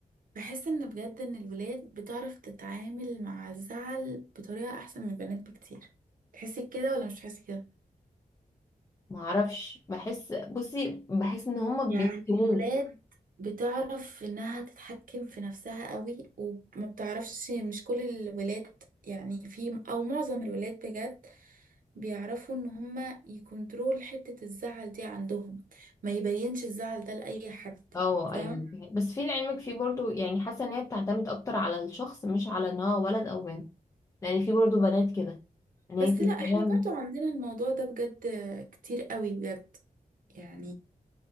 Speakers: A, on the right; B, on the left.
A: بحس ان بجد ان الولاد بتعرف تتعامل مع الزعل بطريقة احسن من البنات بكتير تحسي كده ولا مش تحسي كده
B: ما اعرفش بحس بصي بحس ان هما بيكتموه
A: يعني الولاد بتعرف انها تتحكم في نفسها قوي وما بتعرفش مش كل الولاد يعني في او معظم الولاد بجد بيعرفوا ان هما يكنترول حتة الزعل دي عندهم ما يبينش الزعل ده لأي حد
B: اه
A: فاهمة
B: ايوه بس في لعلمك في برضو يعني حاسه ان هي بتعتمد اكتر على الشخص مش على ان هو ولد او بنت لان في برضو بنات كده ان هي
A: بس
B: تتهام
A: لا احنا برضو عندنا الموضوع ده بجد كتير قوي بجد يعني